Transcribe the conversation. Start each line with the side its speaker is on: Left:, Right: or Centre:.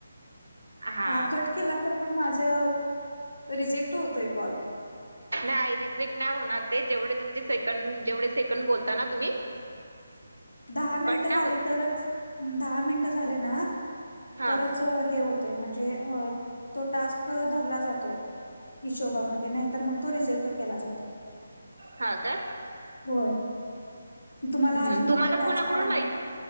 Right: हा
Left: ह कट केला तर मग माझा रिजेक्ट होतोय कॉल.
Right: नाही रिझट नाही होणार ते जेवढे तुमचे सेकंड जेवढे सेकंड बोलता ना तुम्ही
Left: <inaudible> दहा मिनिट
Right: कट
Left: झाले
Right: नाही होत
Left: तरच दहा मिनिट झाले ना
Right: हा
Left: तरच हे होत. म्हणजे तो टास्क धरला जातोय. हिशोबामध्ये नाही तर मग तो रिजेक्ट केला जातो.
Right: हा काय
Left: होय तुम्हाला,
Right: हम्म
Left: अजून कुठले
Right: तुम्हाला
Left: टास्क
Right: कोणाकडून
Left: आले नाही
Right: माहिती
Left: काय?